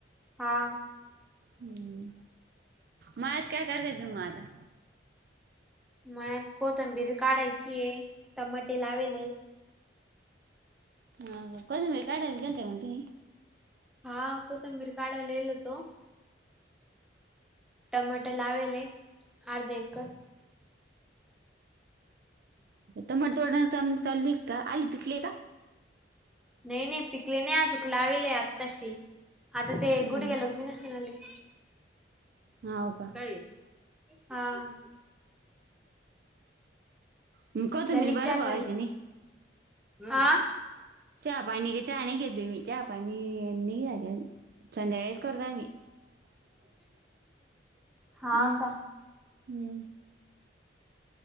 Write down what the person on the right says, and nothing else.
हम्म. मळ्यात काय करता येत नाही. तुम्हांला आता
हा कोथिंबीर काढायला गेलत्या मग तु्ही?
टमाट वडम चाली का आली पिकली आहे का.
हा
हां हो का
मग कोथिंबीर
बरं
भाव
आहे का नाही
चहा- पाणी चहा घेत नाही. चहा नाही घेत बाई मी नाही नाही आल्यानं संध्याकाळीच करतो मी.
हम्
हम्